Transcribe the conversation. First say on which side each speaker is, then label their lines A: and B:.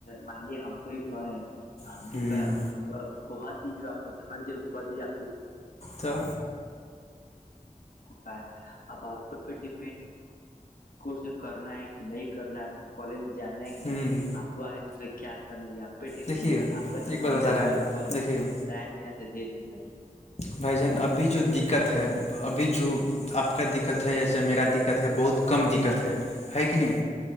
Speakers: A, on the left; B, on the left.
A: مانیے ہم کو ہی کہیں
B: جان
A: وہ کہ کہ دی جو آپ کو فرض ہے وہ کہ دی آپ
B: تو
A: شاید اب آ ڈپڈ ہے کٹ میں کرنا ہے کہ نہیں کرنا ہے آپ کو کالج میں جانا ہے کہ نہیں
B: ہوں
A: آپ کو آگے چل کیا کرنا یہ آپ پہ ڈیپینڈ
B: دیکھیے
A: ہے
B: ایک
A: آپ کا تو
B: بات
A: کھانا
B: بتا رہے
A: جو ہے
B: ہیں
A: آپ کو دیے
B: دیکھیے
A: رائے دینا تھاے دے دیجے بھائی
B: بھائی جان ابھی جو دقت ہے ابھی جو آپ کا دقت ہے یا چاہے میرا دقت ہے بہت کم دقت ہے ابھی ہے کہ نہیں